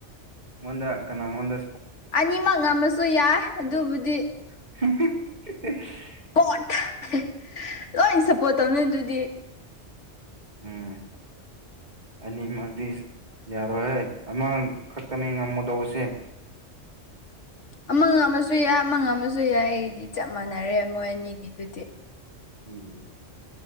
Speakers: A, on the right; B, on the left.
A: ꯑꯩꯉꯣꯟꯗ ꯀꯅꯥ ꯑꯩꯉꯣꯟꯗ
B: ꯑꯅꯤꯃꯛ ꯉꯝꯃꯁꯨ ꯌꯥꯏ ꯑꯗꯨꯕꯨꯗꯤ
A: <unintelligible>
B: ꯄ <unintelligible> ꯂꯣꯏ ꯁꯞꯄꯣꯔꯠ ꯇꯧꯅꯤ ꯑꯗꯨꯗꯤ
A: ꯎꯝ ꯑꯅꯤꯃꯛꯗꯤ ꯌꯥꯔꯣꯏꯍꯣꯏ ꯑꯃ ꯈꯛꯇꯅꯤ ꯉꯝꯃꯗꯧꯕꯁꯦ
B: ꯑꯃ ꯉꯝꯃ‌ꯁꯨ ꯌꯥꯏ ꯑꯃ ꯉꯝ ꯃꯁꯨ ꯌꯥꯏ ꯑꯩꯗꯤ ꯆꯞ ꯃꯥꯟꯅꯔꯦ ꯃꯣꯏ ꯑꯅꯤꯒꯤꯗꯨꯗꯤ
A: ꯎꯝ